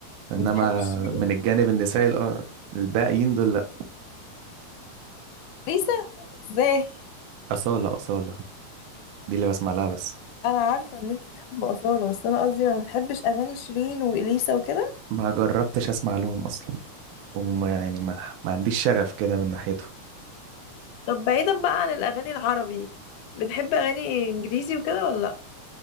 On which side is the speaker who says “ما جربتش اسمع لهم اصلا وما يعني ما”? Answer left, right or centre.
Right